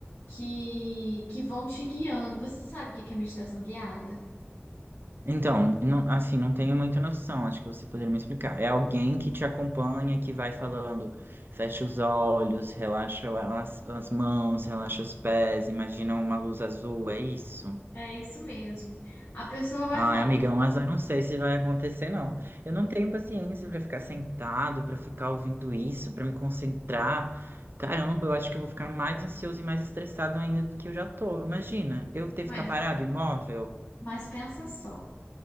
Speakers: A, on the left (about 70°); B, on the right (about 55°).
A: que, que vão te guiando. Você sabe o que que é meditação guiada?
B: Então, não- assim, não tenho muita noção, acho que você poderia me explicar. É alguém que te acompanha, que vai falando, fecha os olhos, relaxa as, as mãos, relaxa os pés, imagina uma luz azul, é isso?
A: É isso mesmo. A pessoa vai
B: Ai,
A: falar,
B: amigão, mas eu não sei se vai acontecer, não. Eu não tenho paciência pra ficar sentado, pra ficar ouvindo isso, pra me concentrar. Caramba, eu acho que eu vou ficar mais ansioso e mais estressado ainda do que eu já tô. Imagina, eu ter
A: mas,
B: que ficar parado, imóvel.
A: mas pensa só.